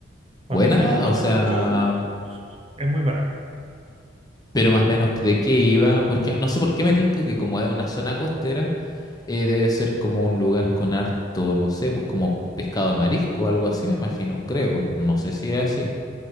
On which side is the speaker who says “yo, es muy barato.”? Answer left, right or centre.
Right